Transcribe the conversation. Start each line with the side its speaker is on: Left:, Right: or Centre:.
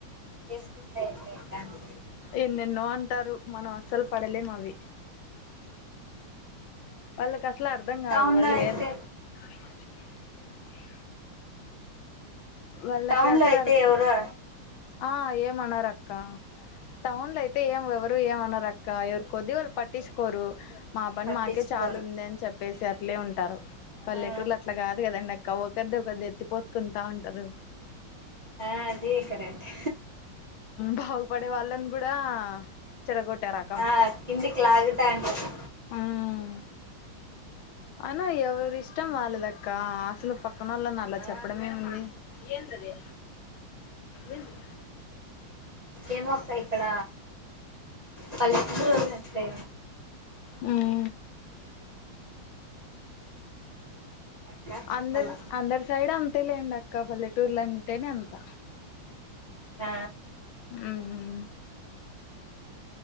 Right: చేసుకుంటే ఇక అంతే
Left: ఎన్నెన్నో అంటారు మనం అస్సలు పడలేం అవి వాళ్ళ కసలా అర్థంగదు
Right: టౌన్
Left: వాళ్ళు
Right: లో అయితే
Left: ఏన్ <inaudible> <unintelligible> వాళ్ళకి
Right: టౌన్
Left: అసలు
Right: లో అయితే
Left: ఆర్
Right: ఎవరు
Left: ఆ ఏమనరు అక్క టౌన్ లో అయితే ఏం ఎవరు ఏమన్నారు అక్క ఎవరి కొద్ది వాళ్ళు పట్టించుకోరు మా పని
Right: పట్టించుకోరు
Left: మాకే చాలా ఉంది అని చెప్పేసి అట్లే ఉంటారు పల్లెటూర్ల
Right: ఆ
Left: అట్లా కాదు కదండి అక్క ఒకరిది ఒకరిది ఎత్తి పోసుకుంటా ఉంట ఊ బు
Right: ఆ అది కరెక్ట్
Left: బాగుపడే వాళ్ళని కూడా చెడగొట్టారక
Right: ఆ కిందికి లాగుతా ఉంటారు
Left: ఉమ్ అయినా ఎవరి ఇష్టం వాళ్ళదక్క అసలు పక్కన వాళ్ళ నలా
Right: ఆ
Left: చెప్పడమే ఏంది ఎందది ఎంది
Right: ఏమోక్క ఇక్కడ పల్లెతురుళ్ళినట్లే
Left: ఉ ఆ
Right: అక్క చెప్పాల
Left: అందరు అందరు సైడ్ అంతే లేండి అక్క పల్లెటూరుల అంటేనే అంత
Right: ఆ
Left: ఉహు